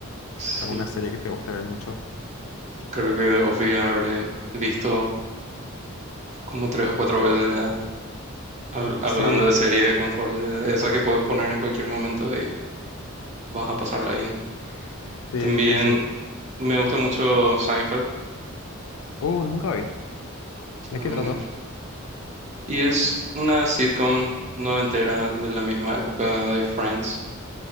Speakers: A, on the right (about 35°); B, on the left (about 75°).
A: Sí,
B: ¿Alguna serie que te guste ver mucho?
A: creo que Ofi habré visto como tres o cuatro veces ya hab- hablando
B: Sí,
A: de series de confort, de esas que puedes poner en cualquier momento y vas a pasarla bien.
B: sí,
A: También
B: sí, sí.
A: me gusta mucho Seinfeld.
B: Uh, nunca vi.
A: eso
B: ¿De
A: también
B: qué trata?
A: es- Y es una sitcom no entera de la misma época de Friends.